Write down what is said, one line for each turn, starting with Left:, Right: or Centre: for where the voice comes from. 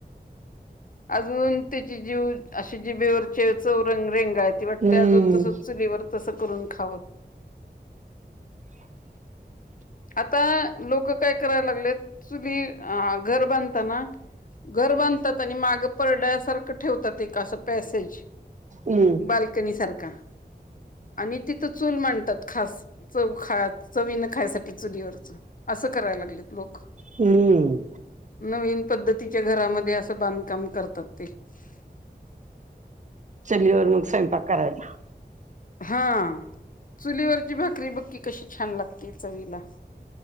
Left: अजून त्याची जीव अशी जिभेवर चे चौ रंग रेंगाळती वाटते
Right: हम्म
Left: अजून तस चुलीवर तस करून खावं.
Right: <inaudible>
Left: आता लोक काय करायला लागलेत चुली अ घर बांधताना घर बांधतात आणि मागे परड्यात सारखं ठेवतात एक अस पॅसेज,
Right: हम्म
Left: बाल्कनी सारखा. आणि तिथं चूल मांडतात. खास च खा चवीन खायसाठी चुलीवरच, असं करायला लागलेत लोकं.
Right: हम्म
Left: नवीन पद्धतीच्या घरामध्ये अस काम करतात ते. <unintelligible>
Right: चुलीवर मंग स्वयंपाक करायचा.
Left: हां, चुलीवरची भाकरी बक्की कशी छान लागती चवीला.